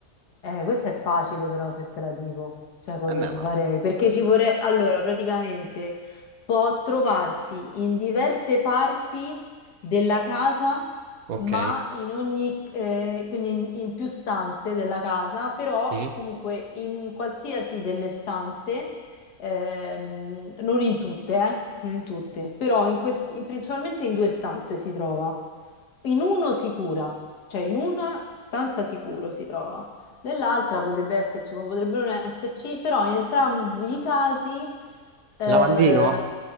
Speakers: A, on the left; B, on the right.
A: Eh, questa è facile però se te la dico, cioè cosa
B: Eh beh,
A: ci
B: ma...
A: farei, perché ci vorrei, allora praticamente può trovarsi in diverse parti della casa,
B: Ok,
A: ma in ogni, eh, quindi in, in più stanze della casa, però
B: sì.
A: comunque in qualsiasi delle stanze, ehm, non in tutte, eh, non in tutte, però in quest- in- principalmente in due stanze si trova, in uno sicura, cioè in una stanza sicuro si trova. Nell'altra potrebbe esserci, come potrebbe non esserci, però in entrambi i casi eh,
B: Lavandino?